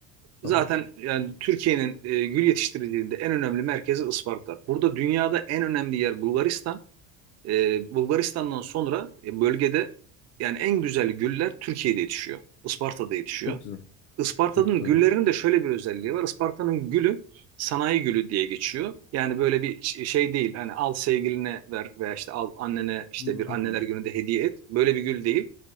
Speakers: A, on the left; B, on the right.
A: tamam.
B: Zaten yani Türkiye'nin e, gül yetiştiriciliğinde en önemli merkezi Isparta. Burada dünyada en önemli yer Bulgaristan. E, Bulgaristan'dan sonra e, bölgede yani en güzel güller Türkiye'de yetişiyor. Isparta'da yetişiyor.
A: Çok güzel.
B: Isparta'nın
A: Çok güzel
B: güllerinin
A: abi.
B: de şöyle bir özelliği var. Isparta'nın gülü sanayi gülü diye geçiyor. Yani böyle bir ş- şey değil. Hani al sevgiline ver veya işte al annene işte
A: Hmm.
B: bir anneler gününde hediye et. Böyle bir gül değil.